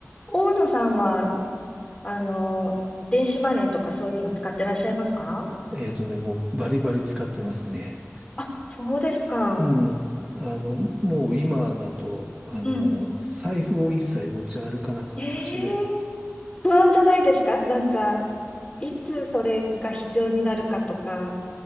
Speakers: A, on the left; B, on the right.
A: 大野さんは、あの、電子マネーとかそういうの使ってらっしゃいますか
B: えっとね、もうバリバリ使ってますね。
A: あ、そうですか。
B: うん。あの、もう今だと、あの、
A: うん。
B: 財布を一切持ち歩かなくなりましたね。
A: ええ不安じゃないですかなんか、いつそれが必要になるかとか、